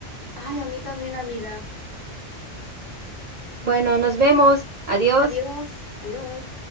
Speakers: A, on the left; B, on the right.
A: Ay, a mí también, amiga.
B: Bueno, nos vemos. Adiós.
A: Adiós, adiós.